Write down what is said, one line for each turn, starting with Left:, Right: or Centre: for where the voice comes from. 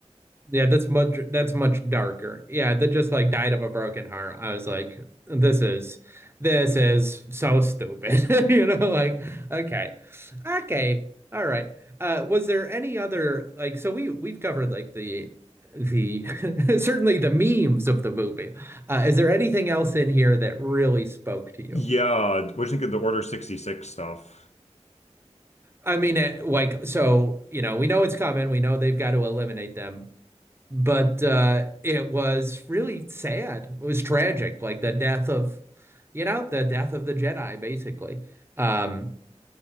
Right: Yeah, that's much that's much darker. Yeah, that just like died of a broken heart. I was like, this is this is so stupid. <laughs> You know, like, okay. Okay. All right. Uh was there any other like so we we've covered like the the <laughs> certainly the memes of the movie. Uh is there anything else in here that really spoke to you?
Left: Yeah, what do you think of the Order 66 stuff?
Right: I mean, it, like so, you know, we know it's coming. We know they've got to eliminate them. but uh it was really sad. It was tragic, like the death of, you know, the death of the Jedi, basically. Um,